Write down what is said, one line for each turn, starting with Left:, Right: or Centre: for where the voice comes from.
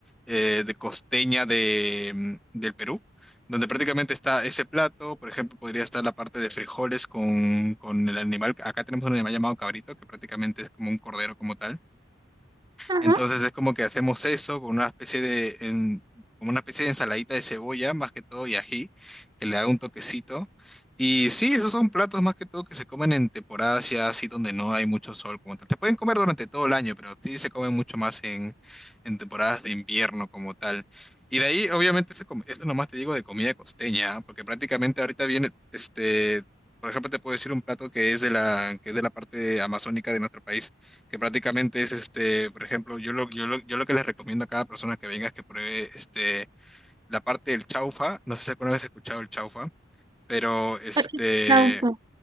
Centre: eh, de costeña de, mm, del Perú, donde prácticamente está ese plato, por ejemplo, podría estar la parte de frijoles con, con el animal, acá tenemos un animal llamado cabrito, que prácticamente es como un cordero como tal
Right: Ajá.
Centre: entonces es como que hacemos eso con una especie de, en- como una especie de ensaladita de cebolla, más que todo y ají, que le da un toquecito. Y sí, esos son platos más que todo que se comen en temporadas ya así donde no hay mucho sol como tal. Te pueden comer durante todo el año, pero sí se comen mucho más en, en temporadas de invierno como tal. Y de ahí, obviamente, este com- esto nomás te digo de comida costeña, ¿ah? porque prácticamente ahorita viene, este, por ejemplo, te puedo decir un plato que es de la, que es de la parte amazónica de nuestro país que prácticamente es, este, por ejemplo, yo lo, yo lo, yo lo que les recomiendo a cada persona que venga es que pruebe este, la parte del chaufa. No sé si alguna vez has escuchado el chaufa, pero este,
Right: Ok, Chaufa.